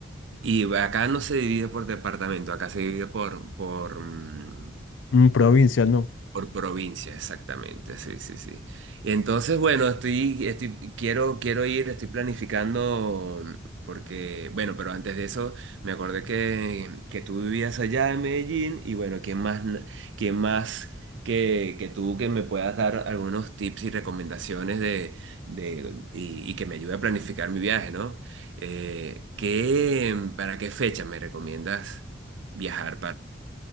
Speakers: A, on the right; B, on the left.
A: Y acá no se divide por departamento, acá se divide por, por, mm,
B: Mm, provincia, no.
A: por provincia, exactamente, sí, sí, sí. Entonces, bueno, estoy, estoy, quiero, quiero ir, estoy planificando, mm, porque, bueno, pero antes de eso, me acordé que, que tú vivías allá en Medellín, y bueno, ¿quién más, n- quién más que, que tú que me puedas dar algunos tips y recomendaciones de, de, y, y que me ayude a planificar mi viaje, ¿no? Eh, ¿qué, para qué fecha me recomiendas viajar